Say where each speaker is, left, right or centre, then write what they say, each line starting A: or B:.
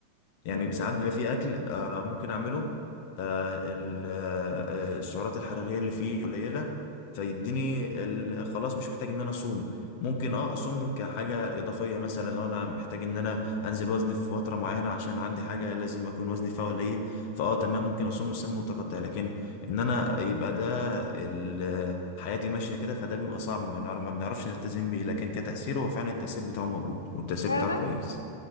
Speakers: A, on the left; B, on the left.
A: يعني
B: يعني
A: ساعات
B: يكون
A: بيبقى
B: مظبوط
A: فيه اكل آه ممكن اعمله آه ال- آه، السعرات الحراريه اللي فيه قليله فيديني ال- خلاص مش محتاج ان انا اصوم ممكن اه اصوم كحاجه اضافيه مثلا لو انا محتاج ان انا انزل وزني في فتره معينه عشان عندي حاجه لازم اكون وزني فيها قليل فاه تمام ممكن اصوم صيام متقطع لكن ان انا يبقى ده ال- حياتي ماشيه كده فده بيبقى صعب ما نعرف- ما بنعرفش نلتزم بيه لكن كتاثير هو فعلا التاثير بتاعه موجود والتاثير
B: فعلا
A: بتاعه كويس